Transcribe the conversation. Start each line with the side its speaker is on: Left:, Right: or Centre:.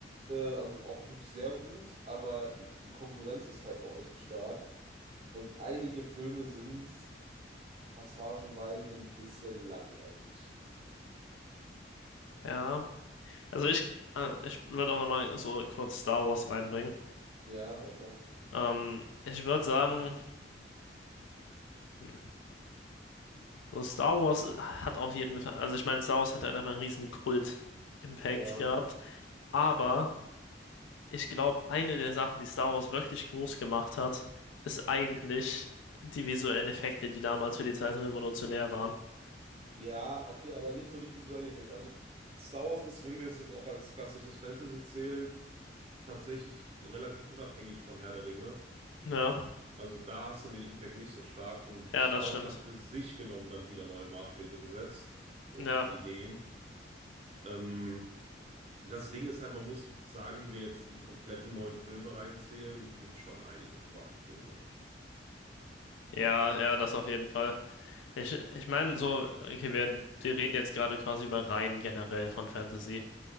Right: äh, also auch wirklich sehr gut, aber die Konkurrenz ist halt auch echt stark. Und einige Filme sind passagenweise ein bisschen langweilig.
Left: ja. Also ich, äh, ich würde auch nochmal so kurz Star Wars reinbringen.
Right: Ja, ja klar.
Left: Ähm, ich würde sagen, hm, so Star Wars hat auf jeden Fall, also ich meine, Star Wars hat halt einfach einen riesen Kult-Impact
Right: Ja.
Left: gehabt. Aber Ich glaube, eine der Sachen, die Star Wars wirklich groß gemacht hat, ist eigentlich die visuellen Effekte, die damals für die Zeit revolutionär waren.
Right: Ja, okay, aber nicht nur die visuellen Effekte. Also Star Wars ist, wenn wir es jetzt auch als klassisches Fantasy zählen, tatsächlich relativ unabhängig von Herr der Ringe.
Left: Ja,
Right: Also da hast du den Impact nicht so stark und
Left: ja,
Right: Star
Left: das stimmt.
Right: Wars hat für sich genommen dann wieder neue Maßstäbe gesetzt und
Left: Ja,
Right: Ideen. Ähm, Das Ding ist halt, man muss sagen, wenn wir jetzt die kompletten neuen Filme reinzählen, gibt schon einige schwache Filme.
Left: ja, ja, das auf jeden Fall. Ich, ich meine, so, okay, wir, wir reden jetzt gerade quasi über Reihen generell von Fantasy.